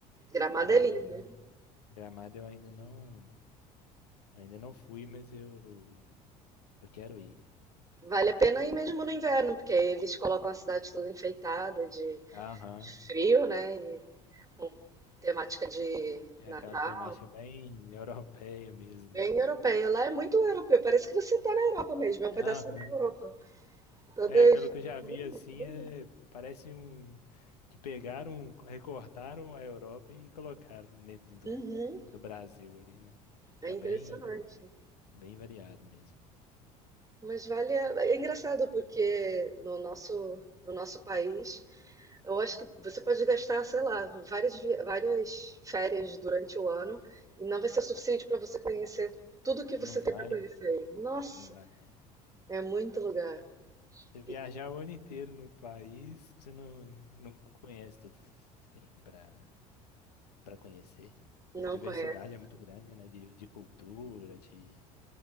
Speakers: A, on the right (about 15°); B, on the left (about 80°).
A: Gramado
B: Gramado,
A: é lindo.
B: eu- Gramado eu ainda não, eu ainda não fui, mas eu, eu quero ir.
A: Vale a pena ir mesmo no inverno, porque aí eles colocam a cidade toda enfeitada de,
B: Aham.
A: de frio, né? E com temática de
B: É
A: Natal.
B: aquela temática bem europeia mesmo,
A: Bem
B: né?
A: europeia. Lá é muito europeu. Parece que você está na Europa mesmo. É um
B: Aham.
A: pedaço da Europa. Toda
B: É,
A: a
B: pelo
A: estrutura
B: que eu já vi, assim,
A: e tudo.
B: é, parece um que pegaram, recortaram a Europa e colocaram dentro do,
A: Uhum.
B: do Brasil ali, né?
A: É
B: É
A: impressionante.
B: bem, bem variado mesmo.
A: Mas vale. a- É engraçado porque no nosso, no nosso país, eu acho que você pode gastar, sei lá, várias, vi- várias férias durante o ano e não vai ser suficiente para você conhecer tudo que você
B: Não vai,
A: tem para conhecer. aí. Nossa,
B: não vai, não.
A: é muito lugar
B: Se Você viajar
A: e
B: o ano inteiro no país, você não, não conhece tudo que tem para para conhecer.
A: não
B: A diversidade
A: conhece.
B: é muito grande, né? De, de cultura, de